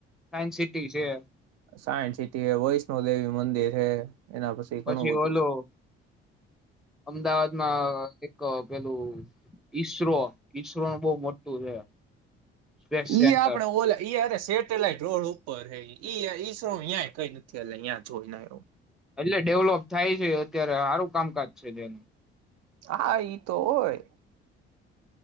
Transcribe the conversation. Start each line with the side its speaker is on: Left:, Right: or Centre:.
Centre: સાયન્સ સિટી છે
Right: સાયન્સ સિટી હ વૈષ્ણો દેવી મંદિર હે એના
Centre: પછી
Right: ઘણું બધું
Centre: ઓલો
Right: છે.
Centre: અમદાવાદમાં એક પેલું ઈસરો ઈસરો ન બહ મોટું છે સ્પેસ
Right: ઈ
Centre: સેન્ટર
Right: આપણેે ઓલે ઈ અરે શેઠ સેટેલાઈટ રોડ ઉપર હ ઈ કઈ નથી અ જોઈને આવ
Centre: એટલે ડેવલોપ થાય છે અત્યારે સારું કામકાજ છે જેનું
Right: હા ઈ તો હોય